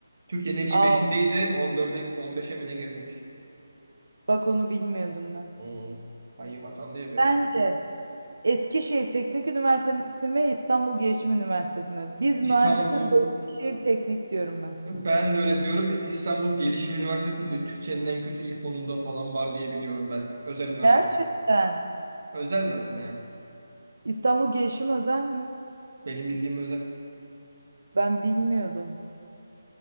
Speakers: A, on the right; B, on the right.
A: Türkiye'nin en iyi
B: Aa,
A: 5'indeydi. 14'e 15'e mi ne gerilemiş?
B: bak onu bilmiyordum ben.
A: Hmm. Hayyim atandı ya bir
B: Sence
A: ara.
B: Eskişehir Teknik Üniversitesi mi İstanbul Gelişim Üniversitesi mi? Biz
A: İstanbul
B: mühendisiz ve Eskişehir Teknik diyorum ben.
A: Ben de öyle diyorum. İstanbul Gelişim Üniversitesi de böyle Türkiye'nin en kötü ilk onunda falan var diye biliyorum ben. Özel üniversite
B: Gerçekten.
A: zaten. Özel zaten ha.
B: İstanbul Gelişim özel mi?
A: Benim bildiğim özel.
B: Ben bilmiyordum.